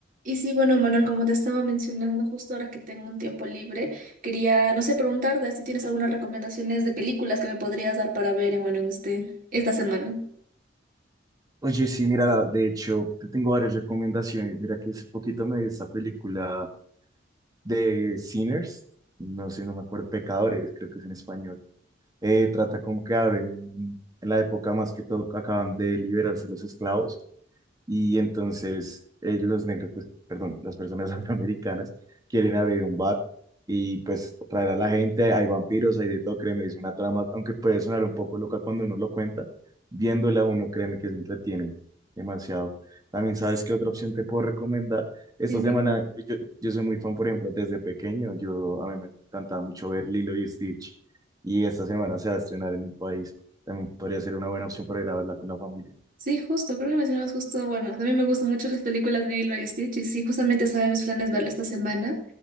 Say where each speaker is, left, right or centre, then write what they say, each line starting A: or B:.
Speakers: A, on the right; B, on the right.
A: Y sí, bueno, Manuel, como te estaba mencionando, justo ahora que tengo un tiempo libre, quería, no sé, preguntarte si tienes algunas recomendaciones de películas que me podrías dar para ver, bueno, en este, esta semana.
B: Oye, sí, mira, de hecho, te tengo varias recomendaciones. Mira que hace poquito me vi esta película de Sinners, no sé, no me acuerdo, Pecadores, creo que es en español. Eh, trata como que abren un- en la época más que todo que acaban de liberarse los esclavos y entonces eh, los negros, pues, perdón, las personas <laughs> afroamericanas quieren abrir un bar y pues traer a la gente, hay vampiros, hay de todo, créeme, es una trama, aunque puede sonar un poco loca cuando uno lo cuenta, viéndola uno, créeme que se entretiene demasiado. También sabes qué otra opción te puedo recomendar. Esta
A: Sí, dime.
B: semana, pues, yo, yo soy muy fan, por ejemplo, desde pequeño, yo a mí me encantaba mucho ver Lilo y Stitch y esta semana se va a estrenar en mi país. También podría ser una buena opción para ir a verla con la familia.
A: Sí, justo, creo que mencionabas justo, bueno, también me gustan mucho las películas de Lilo y Stitch y sí, justamente estaba en mis planes verla esta semana,